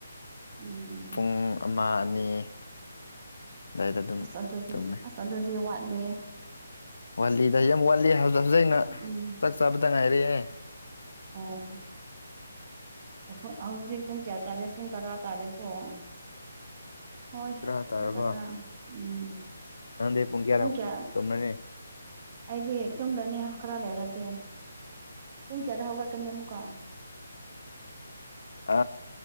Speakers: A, on the right; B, on the left.
A: ꯎꯝ
B: ꯄꯨꯡ ꯑꯃ ꯑꯅꯤ ꯑꯗꯨꯋꯥꯏꯗ ꯑꯗꯨꯝ
A: ꯑꯁ ꯑꯗꯨꯗꯤ
B: ꯇꯨꯝꯃꯦ
A: ꯑꯁ ꯑꯗꯨꯗꯤ ꯋꯥꯠꯂꯤ
B: ꯋꯥꯠꯂꯤꯗ ꯑꯩ ꯌꯥꯝ ꯋꯥꯠꯂꯤ ꯍꯧꯖꯤꯛ ꯍꯧꯖꯤꯛ ꯑꯩꯅ
A: ꯎꯝ
B: ꯆꯥꯛ ꯆꯥꯕꯗ ꯉꯥꯏꯔꯦꯦ
A: ꯑꯣ ꯑꯩꯈꯣꯏ ꯍꯧꯛꯇꯛ ꯄꯨꯡ ꯀꯌꯥ ꯇꯥꯔꯦ ꯄꯨꯡ ꯇꯔꯥ ꯇꯥꯔꯦꯀꯣ <unintelligible> ꯍꯣꯏ
B: ꯇꯔꯥ ꯇꯥꯔꯕ
A: ꯍ ꯇꯔ ꯎꯝ
B: ꯅꯪꯗꯤ ꯄꯨꯡ ꯀꯌꯥꯗ
A: ꯎꯨꯡ ꯀꯌꯥ
B: ꯇꯨꯝꯔꯅꯤ
A: ꯑꯩꯗꯤ ꯇꯨꯝꯈꯅꯤ ꯈꯔ ꯂꯩꯔꯗꯤ ꯄꯨꯡ ꯀꯌꯥꯗ ꯍꯧꯒꯠꯀꯅꯤ ꯑꯃꯨꯛꯀꯣ
B: ꯑ